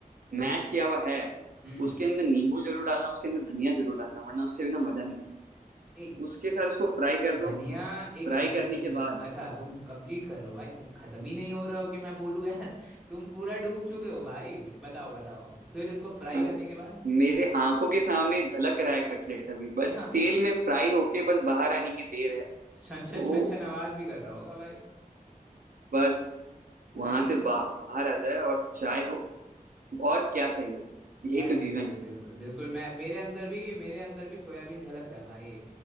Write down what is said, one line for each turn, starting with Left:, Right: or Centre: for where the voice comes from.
Right: मैश किया हुआ है
Centre: हम्म
Right: उसके अंदर नींबू जरूर डालना उसके अंदर धनिया जरूर डालना वरना उसके बिना मजा नहीं है
Centre: ए
Right: उसके साथ उसको फ्राई कर
Centre: धनिया
Right: दो
Centre: एक
Right: फ्राई
Centre: ऐसा
Right: करने
Centre: चीज
Right: के
Centre: है
Right: बाद
Centre: अच्छा तुम कंप्लीट कर लो भाई तुम खत्म ही नहीं हो रहे हो कि मैं बोलूँ यार <laughs> तुम पूरा डूब चुके हो भाई बताओ बताओ फिर इसको फ्राई
Right: और
Centre: करने के बाद
Right: मेरे आंखों के सामने झलक रहा है कटलेट अभी बस
Centre: हम
Right: तेल में फ्राई होके बस बाहर आने की देर है
Centre: छन
Right: तो
Centre: छन छन छन आवाज भी कर रहा होगा भाई
Right: बस
Centre: भाई
Right: वहां से बाहर आ जाए और चाय हो और क्या चाहिए यही
Centre: भाई
Right: तो
Centre: बिल्कुल
Right: जीवन है
Centre: बिल्कुल बिल्कुल मैं मेरे अंदर भी मेरे अंदर भी सोयाबीन झलक रहा है भाई